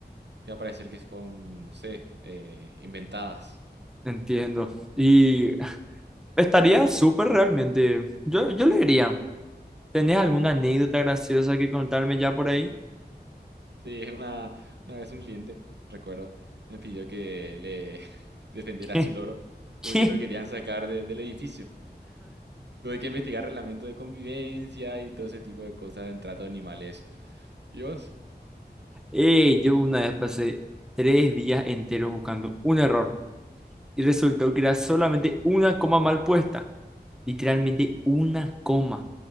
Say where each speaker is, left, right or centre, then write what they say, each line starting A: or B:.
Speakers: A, on the right (about 80°); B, in the centre.
A: iba a parecer que son, no sé, eh, inventadas.
B: Entiendo. Y <laughs> estaría súper realmente. Yo, yo leería. ¿Tenés alguna anécdota graciosa que contarme ya por ahí?
A: Sí, es una, una vez un cliente, recuerdo, me pidió que le <laughs> defendiera
B: <laughs>
A: a su loro porque
B: ¿Qué?
A: lo querían sacar de- del edificio. Tuve que investigar reglamento de convivencia y todo ese tipo de cosas en trato de animales. ¿Y vos?
B: Eh, yo una vez pasé tres días enteros buscando un error y resultó que era solamente una coma mal puesta. Literalmente una coma.